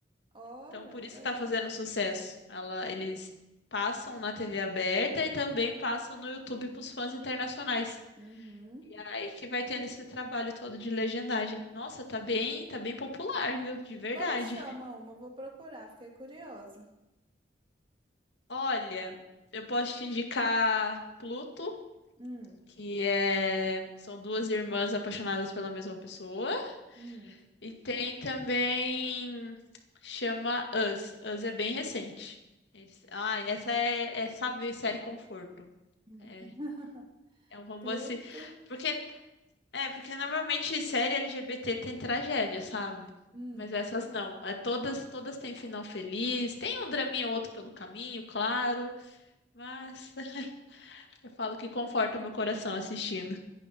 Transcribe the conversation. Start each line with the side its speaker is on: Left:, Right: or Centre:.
Right: Olha,
Left: Então, por
Right: que
Left: isso
Right: legal.
Left: que tá fazendo sucesso. Ela, eles passam na TV aberta e também passam no YouTube pros fãs internacionais.
Right: Uhum.
Left: E é aí que vai tendo esse trabalho todo de legendagem. Nossa, tá bem, tá bem popular, viu? De verdade.
Right: Como chama uma? Vou procurar, fiquei curiosa.
Left: Olha, eu posso te indicar Pluto
Right: Hum,
Left: que é são duas irmãs apaixonadas pela mesma pessoa.
Right: hum,
Left: E tem também chama Us. Us é bem recente. Eles- Ah, essa é, é sabe, série conforto.
Right: hum.
Left: É,
Right: <laughs>
Left: é um romance
Right: Pluto.
Left: porque é porque normalmente série LGBT tem tragédia, sabe?
Right: Hum.
Left: Mas essas não. É todas todas têm final feliz. Tem um draminha ou outro pelo caminho, claro, mas <laughs> eu falo que conforta meu coração assistindo.